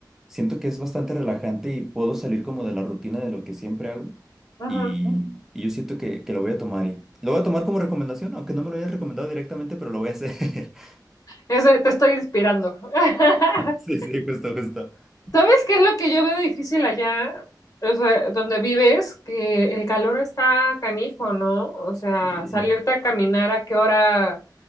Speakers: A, in the centre; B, on the left.
A: siento que es bastante relajante y puedo salir como de la rutina de lo que siempre hago ¿no?
B: ujú.
A: y, y yo siento que, que lo voy a tomar y lo voy a tomar como recomendación, aunque no me lo hayas recomendado directamente, pero lo voy a hacer. <laughs>
B: eso te estoy inspirando. <laughs>
A: Sí, sí, justo, justo.
B: ¿Sabes qué es lo que yo veo difícil allá? O sea, donde vives, que el calor está canijo, ¿no? O sea,
A: Sí,
B: salirte a caminar a qué hora